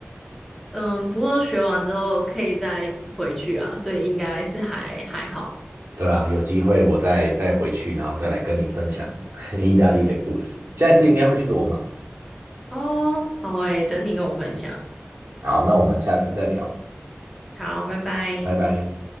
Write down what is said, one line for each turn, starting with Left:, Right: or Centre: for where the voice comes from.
Centre: 嗯，不过学完之后可以再回去啊，所以应该是还还好。
Right: 对啊，有机会我再再回去，然后再来跟你分享 <laughs> 意大利的故事。下一次应该会去罗马。
Centre: 哦，好诶，等你跟我分享。
Right: 好，那我们下次再聊，
Centre: 好，拜拜。
Right: 拜拜。